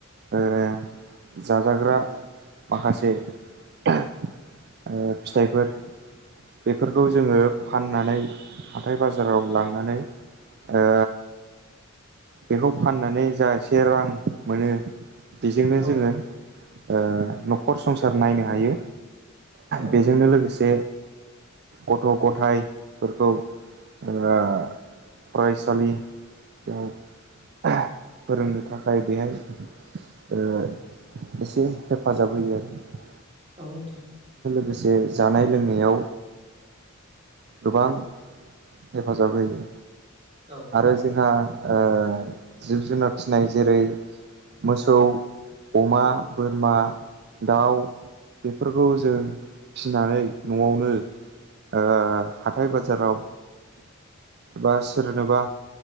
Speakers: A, on the right (about 50°); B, on the right (about 30°).
A: ओ जाजाग्रा माखासे <unintelligible> ओ फिथाइफोर बेफोरखौ जोङो फाननानै हाथाय बाजाराव लांनानै ओ बेखौ फाननानै जा एसे रां मोनो बिजोंनो
B: औ
A: जोङो ओ न'खर संसार नायनो हायो
B: औ
A: बेजोंनो लोगोसे ओ गथ' गथायफोरखौ ओ फरायसालि <unintelligible> फोरोंनो थाखाय बेहाय ओ इसे हेफाजाब होयो आरो
B: औ नोंथां
A: से जानाय लोंनायाव गोबां हेफाजाब होयो
B: औ
A: आरो जोंहा ओ जिब जुनार फिसिनाय जेरै मोसौ अमा बोरमा दाउ बेफोरखौ जों फिनानै न'आवनो ओ हाथाय बाजाराव बा सोरनोबा